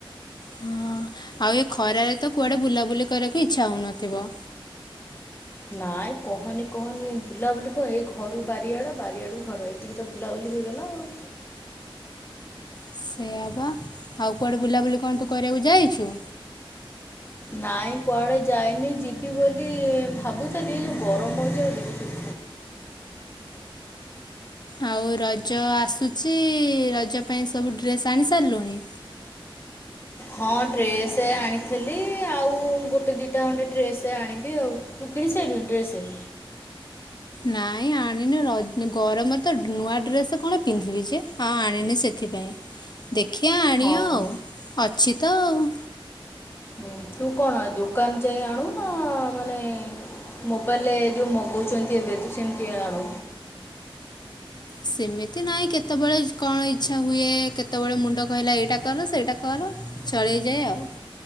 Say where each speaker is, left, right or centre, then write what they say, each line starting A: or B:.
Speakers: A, on the left (about 50°); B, on the left (about 25°).
A: ହଁ ଆଉ ଏ ଖରାରେ ତ କୁଆଡେ ବୁଲାବୁଲି କରିବାକୁ ଇଚ୍ଛା ହଉନଥିବ।
B: ନାଇଁ କହନି କହନି ବୁଲାବୁଲି କହ ଏଇ ଘରୁ ବାରିଆଡ ବାରିଆଡୁ ଘର ଏତିକି ତ ବୁଲାବୁଲି ହେଇଗଲା ଆଉ।
A: ସେ ହେବା ଆଉ କୁଆଡ଼େ ବୁଲାବୁଲି କଣ ତୁ କରିବାକୁ ଯାଇଛୁ।
B: ନାଇଁ କୁଆଡେ ଯାଇନି ଯିବି ବୋଲି ଭାବୁଥିଲି ଯୋଉ ଗରମ ହଉଛି ଆଉିନ ଶ
A: ଆଉ ରଜ ଆସୁଛି ରଜ ପାଇଁ ସବୁ ଡ୍ରେସ ଆଣି ସାରିଲୁଣି।
B: ହଁ ଡ୍ରେସ ଆଣିଥିଲି ଆଉ ଗୋଟେ ଦିଇଟା ଖଣ୍ଣ୍ଡେ ଡ୍ରେସ ଆଣିବି ଆଉ ତୁ କିଣି ସାରିଲୁନି ଡ୍ରେସ
A: ନାଇଁ ଆଣିନି ଗରମରେ ତ ନୂଆ ଡ୍ରେସ୍ କଣ ପିନ୍ଧିବି ଯେ ଆଉ ଆଣିନି ସେଥିପାଇଁ ଦେଖିବା ଆଣଅ
B: ହଁ
A: ଆଉ ଅଛି। ତଉ
B: ହୁଁ ତୁ କଣ ଦୋକାନ ଯାଇ ଆଣୁ ନା ମାନେ ମୋବାଇଲରେ ଯୋଉ ମଗଉଛନ୍ତି ଏବେ ତୁ ସେମିତି ଆଣୁ
A: ସେମିତି ନାହିଁ କେତେବେଳେ କଣ ଇଚଛା ହୁଏ କେତେବେଳେ ମୁଣ୍ଡ କହିଲା ଏଇଟା କର ସେଇଟା କର ଚଳେଇଯାଏ ଆଉ